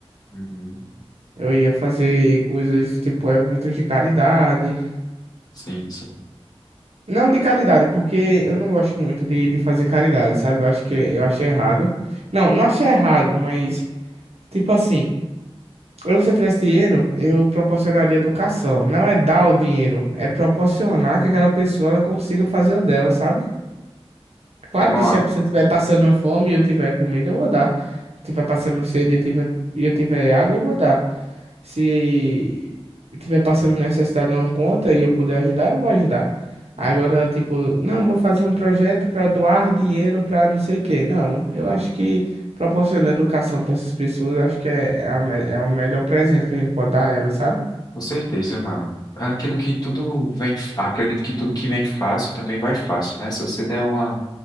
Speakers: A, on the left; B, on the right.
A: Uhum.
B: eu ia fazer coisas tipo eventos de caridade.
A: Sim, sim.
B: Não de caridade, porque eu não gosto muito de, de fazer caridade, sabe? Eu acho que
A: Uhum.
B: eu achei errado. Não, não achei errado, mas tipo assim. Eu, se eu tivesse dinheiro, eu proporcionaria educação. Não é dar o dinheiro, é proporcionar que aquela pessoa ela consiga fazer o dela, sabe? Claro
A: Tem uma.
B: que se a pessoa estiver passando fome e eu tiver comida, eu vou dar. Se tiver passando sede e eu tiver- e eu tiver água, eu vou dar. Se eu tiver passando necessidade de uma conta e eu puder ajudar, eu vou ajudar. Agora,
A: Uhum.
B: tipo, não, vou fazer um projeto para doar dinheiro para não sei o quê. Não, eu acho que proporcionar educação para essas pessoas, acho que é, é, a me- é o melhor presente que a gente pode dar a elas, sabe?
A: Com certeza, mano. É Aquilo que tudo vem, acredito que tudo que vem fácil também vai fácil, né? Se você der uma